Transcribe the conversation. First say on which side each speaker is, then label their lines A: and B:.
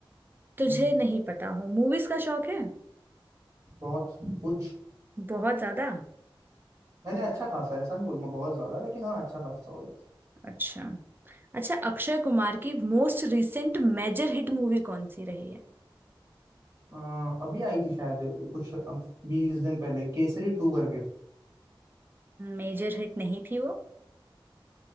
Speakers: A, on the right (about 25°); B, on the right (about 40°).
A: तुझे
B: हम्म,
A: नहीं पता हो मूवीज का शौक है
B: बहुत पूछ
A: बहुत ज्यादा
B: नहीं नहीं अच्छा खासा है ऐसा नहीं बोलूंगा बहुत ज्यादा लेकिन हाँ अच्छा खासा हो जाता
A: अच्छा अच्छा अक्षय कुमार की most recent major hit movie कौन सी रही है
B: है अ, अभी आई थी शायद कुछ बीस दिन पहले केसरी टू करके
A: मेजर हिट नहीं थी वो